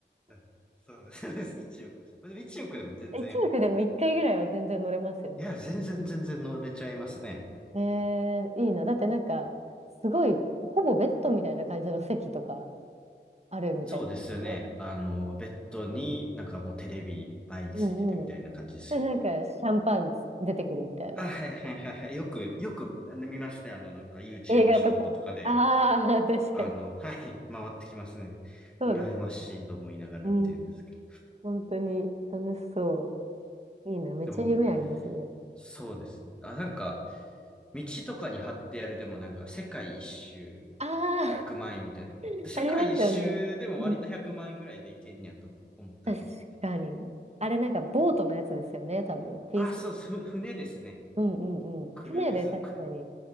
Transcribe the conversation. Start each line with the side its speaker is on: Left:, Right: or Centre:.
Centre: <laughs> そうです。そうです。1億です。でも1億でも全然、
Right: 1億でも1回ぐらいは全然乗れますよね。
Centre: いや、全然全然乗れちゃいますね。
Right: えー、いいな。だってなんか、すごい、ほぼベッドみたいな感じの席とかあるみたいなね。
Centre: そうですよね。あの、ベッドになんかもうテレビ前についててみたいな感じですよね。
Right: うんうん。で、なんか、シャンパン出てくるみたいな。
Centre: あ、はいはいはいはい。よく、よくあの見ますね。あの、なんか YouTube
Right: 映画とか。
Centre: ショートとかで。
Right: ああ、
Centre: <laughs>
Right: <laughs> 確かに。
Centre: あの、はい、回ってきますね。
Right: そうです。
Centre: 羨ましいと思いながら見てるんですけど。
Right: うん。本当に楽しそう。いいな。めっちゃ夢ありますね。
Centre: でも、そうですね。あ、なんか、道とかに貼ってやるでもなんか、世界一周
Right: あ
Centre: 100万円みたいな。
Right: あ、<laughs>
Centre: 世界一周でも割と100万円ぐらいでいけんねやと思ったらね。
Right: ありますよね。うん。確かに。あれなんかボートのやつですよね、多分。ピース。
Centre: あ、そうです。ふ船ですね。
Right: うんうんうん。
Centre: クルーズ
Right: 船で確かに。